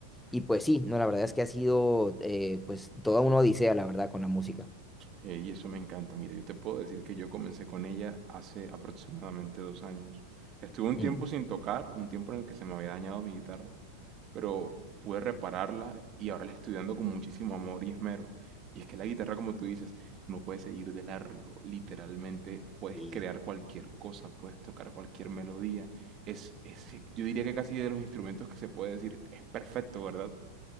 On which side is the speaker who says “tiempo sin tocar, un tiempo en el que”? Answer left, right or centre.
Right